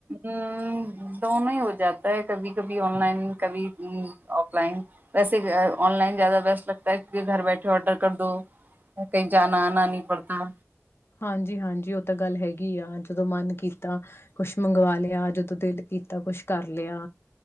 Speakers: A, on the right (about 35°); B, on the left (about 50°).
A: ਹਮ ਦੋਨੋ ਹੀ ਹੋ ਜਾਤਾ ਹੈ ਕਭੀ ਕਭੀ ਔਨਲਾਈਨ ਕਭੀ ਔਫਲਾਈਨ ਵੈਸੇ ਔਨਲਾਈਨ ਜ਼ਿਆਦਾ ਬੈਸਟ ਲਗਦਾ ਹੈ ਕਿਉਂਿ ਘਰ ਬੈਠੇ ਔਰਡਰ ਕਰ ਦੋ ਕਈ ਜਾਣਾ ਆਣਾ ਨ ਨਹੀਂ ਪੜਤਾ
B: ਹਾਂਜੀ ਹਾਂਜੀ ਉਹ ਤਾਂ ਗੱਲ ਹੈਗੀ ਆ ਜਦੋਂ ਮਨ ਕੀਤਾ ਕੁਛ ਮੰਗਵਾ ਲਿਆ ਜਦੋਂ ਦਿਲ ਕੀਤਾ ਕੁਛ ਕਰ ਲਿਆ